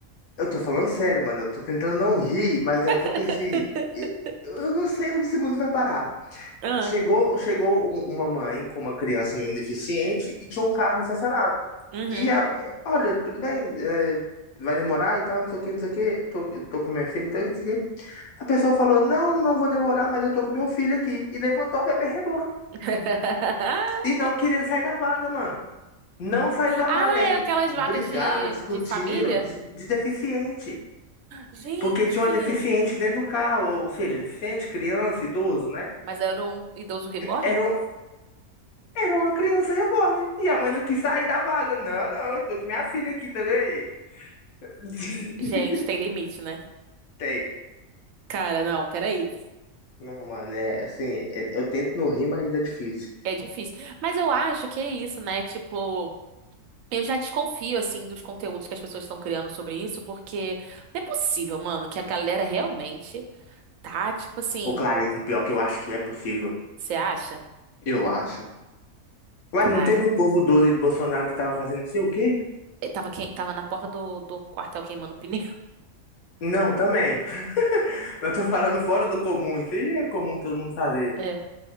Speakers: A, on the left (about 85°); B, on the right (about 75°).
A: eu tô falando sério, mano. Eu tô tentando não rir, mas é
B: <laughs>
A: porque assim. Eu, eu não sei onde esse mundo vai parar.
B: Ah,
A: Chegou, chegou um- uma mãe com uma criança mesmo deficiente e tinha um carro estacionado.
B: uhum.
A: E a olha, tudo bem, é, vai demorar e tal, não sei o que, não sei o que. Tô, tô com minha filha e tal, não sei o que. A pessoa falou: Não, não vou demorar, mas eu tô com meu filho aqui. E levantou o bebê reborn.
B: <laughs>
A: E não queria sair da vaga, mano. Não saiu da
B: Ah,
A: vaga. Aí
B: era aquelas
A: brigaram,
B: vagas de,
A: discutiram
B: de família?
A: de de deficiente.
B: Gente!
A: Porque tinha uma deficiente dentro do carro, ou seja, deficiente, criança, idoso, né?
B: Mas era um idoso reborn?
A: Era, um- era uma criança reborn. E a mãe não quis sair da vaga. Não, não, eu tô com minha filha aqui também. <laughs>
B: Gente, tem limite, né?
A: Tem.
B: Cara, não, peraí.
A: Não, mano, é assim, é- eu tento não rir, mas é difícil.
B: É difícil. Mas eu acho que é isso, né? Tipo. Eu já desconfio, assim, dos conteúdos que as pessoas estão criando sobre isso, porque não é possível, mano, que a galera realmente tá, tipo assim,
A: Ô, Clarissa, pior que eu acho que é possível.
B: você acha?
A: Eu acho. Ué,
B: Cara,
A: não teve um povo doido de Bolsonaro que tava fazendo não sei o quê?
B: eu tava, quem- tava na porta do, do quartel queimando pneu. <laughs>
A: Não, também. <laughs> Eu tô falando fora do comum. Isso aí já é comum todo mundo fazer.
B: É.